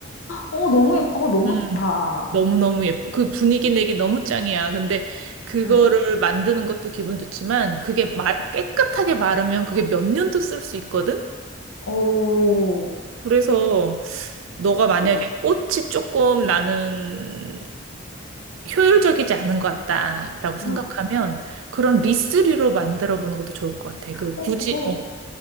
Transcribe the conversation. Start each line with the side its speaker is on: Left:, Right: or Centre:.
Left: 어, 너무, 예- 어, 너무
Right: 음.
Left: 좋다.
Right: 너무너무 예쁘. 그 분위기 내기 너무 짱이야. 근데 그거를
Left: 응,
Right: 만드는 것도 기분 좋지만 그게 말, 깨끗하게 마르면 그게 몇 년도 쓸 수 있거든?
Left: 오,
Right: 그래서 너가 음. 만약에
Left: 어,
Right: 꽃이 조금 나는 효율적이지 않은 것 같다라고 생각하면
Left: 응.
Right: 그런 리스리로 만들어 보는 것도 좋을 것 같아. 그
Left: 어,
Right: 굳이
Left: 그,
Right: 어,